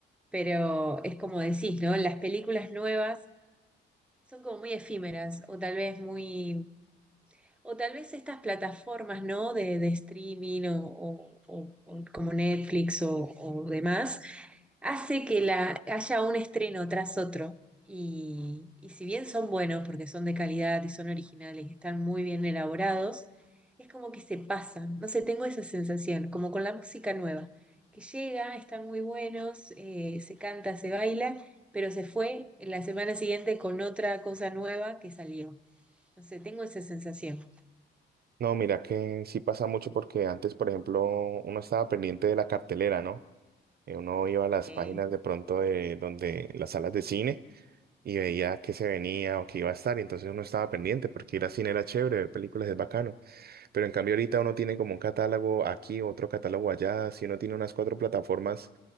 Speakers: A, in the centre; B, on the right (about 50°).
A: pero es como decís, ¿no? Las películas nuevas son como muy efímeras o tal vez muy o tal vez estas plataformas, ¿no? De, de streaming o, o- o- o como Netflix o, o demás, hace que la, haya un estreno tras otro. Y, y si bien son buenos porque son de calidad y son originales y están muy bien elaborados, es como que se pasan. No sé, tengo esa sensación, como con la música nueva, que llega, están muy buenos, eh, se canta, se baila, pero se fue en la semana siguiente con otra cosa nueva que salió. No sé, tengo esa sensación.
B: No, mira que sí pasa mucho porque antes, por ejemplo, uno estaba pendiente de la cartelera, ¿no? Eh, Uno iba a las
A: Sí,
B: páginas de pronto de donde las salas de cine. y veía que se venía o que iba a estar, y entonces uno estaba pendiente porque ir al cine era chévere, ver películas es bacano, pero en cambio ahorita uno tiene como un catálogo aquí, otro catálogo allá, si uno tiene unas cuatro plataformas